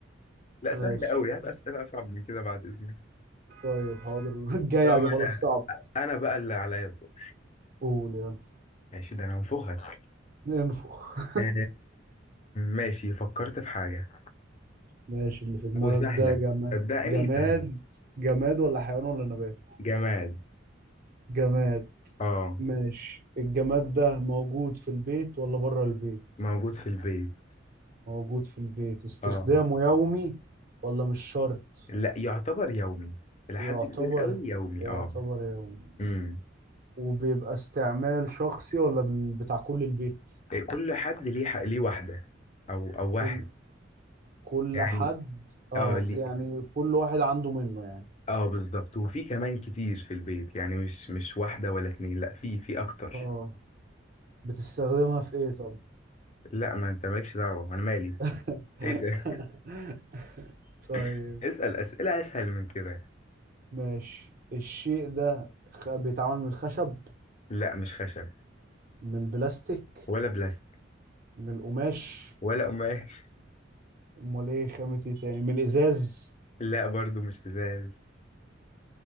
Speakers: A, on the left; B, on the right.
A: لا
B: ماشي
A: سهل أوي هات أسئلة أصعب من كده بعد إذنك
B: طيب حاضر <laughs> الجاي
A: طب
B: هجيبها
A: أنا
B: لك صعب
A: أنا بقى اللي عليا الدور
B: قول يلا
A: ماشي ده أنا هنفخك
B: انفخ
A: آه ماشي فكرت في حاجة
B: <laughs> ماشي اللي في دماغك
A: وسهلة
B: ده جماد
A: صدقني
B: جماد
A: سهلة
B: جماد ولا حيوان ولا نبات
A: جماد
B: جماد
A: اه
B: ماشي الجماد ده موجود في البيت ولا بره البيت
A: موجود في البيت
B: موجود في البيت استخدامه
A: اه
B: يومي ولا مش شرط
A: لا يعتبر يومي إلى
B: يعتبر
A: حد كبير قوي يومي
B: يعتبر
A: اه
B: يومي
A: امم
B: وبيبقى استعمال شخصي ولا بال- بتاع كل البيت
A: إيه، كل حد ليه ح- ليه واحدة أو أو واحد
B: كل كل
A: يعني
B: حد اه
A: اه ليه
B: يعني كل واحد عنده منه يعني
A: اه بالظبط وفي كمان كتير في البيت يعني مش مش واحدة ولا اتنين لا في في أكتر
B: اه بتستخدمها في ايه طب
A: لا ما أنت مالكش دعوة أنا مالي
B: <laughs>
A: إيه ده
B: طيب
A: <laughs> اسأل أسئلة أسهل من كده
B: ماشي الشيء ده خ- بيتعمل من الخشب
A: لا مش خشب
B: من البلاستيك
A: ولا بلاستيك
B: من القماش
A: ولا قماش
B: امال ايه خامة ايه تاني من الازاز
A: لا برضو مش إزاز